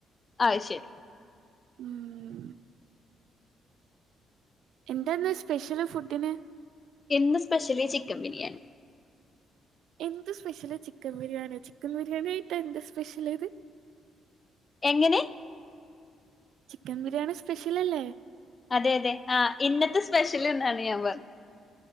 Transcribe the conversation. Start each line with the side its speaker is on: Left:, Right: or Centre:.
Left: അയ്ശരി
Right: ഉം എന്താന്ന് സ്പെഷ്യല് ഫുഡിന്
Left: ഇന്ന് സ്പെഷ്യലി ചിക്കൻ ബിരിയാണി
Right: എന്ത് സ്പെഷ്യല് ചിക്കൻ ബിരിയാണിയൊ ചിക്കൻ ബിരിയാണിയായിട്ട് എന്ത് സ്പെഷ്യല്ത്
Left: എങ്ങനെ
Right: ചിക്കൻ ബിരിയാണി സ്പെഷ്യലല്ലേ
Left: അതെ അതെ ആ ഇന്നത്തെ സ്പെഷ്യല്ന്നാണ് ഞാൻ പറ്ഞ്ഞത്